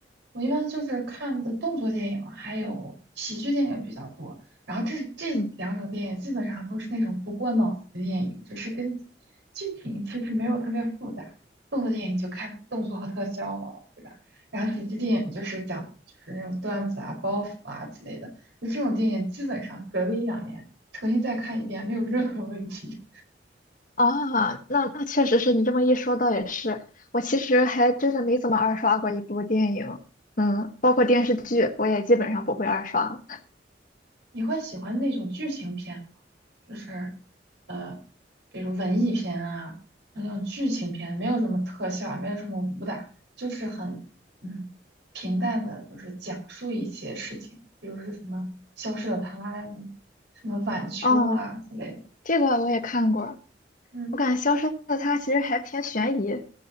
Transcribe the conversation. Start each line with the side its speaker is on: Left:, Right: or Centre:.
Right: 我一般就是看的动作电影，还有喜剧电影比较多。然后这这两种电影基本上都是那种不过脑子的电影，
Left: 嗯。
Right: 就是跟剧情其实没有特别复杂。动作电影就看动作和特效了，对吧？然后喜剧电影就是讲就是那种段子啊、包袱啊之类的。就这种电影基本上隔个一两年重新再看一遍没有任何问题。
Left: 啊，那那确实是你这么一说，倒也是。我其实还真的没怎么二刷过一部电影，嗯，包括电视剧，我也基本上不会二刷。
Right: 你会喜欢那种剧情片吗？就是呃，比如文艺片啊，那种剧情片，没有什么特效，没有什么武打，就是很嗯平淡的，就是讲述一些事情，比如是什么消失的她呀，什么晚秋啊之类的。
Left: 哦，这个我也看过，
Right: 嗯
Left: 我感觉《消失的她》其实还偏悬疑，